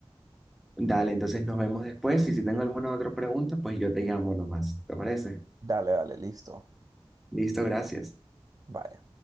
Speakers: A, in the centre; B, on the right.
A: Dale, entonces nos vemos después y si tengo alguna otra pregunta, pues yo te llamo nomás. ¿Te parece?
B: Dale, dale, listo.
A: Listo, gracias.
B: Bye.